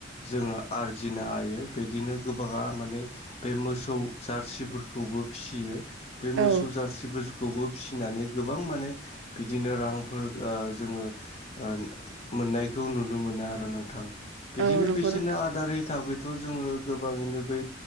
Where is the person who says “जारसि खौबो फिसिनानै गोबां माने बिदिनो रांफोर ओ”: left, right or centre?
Left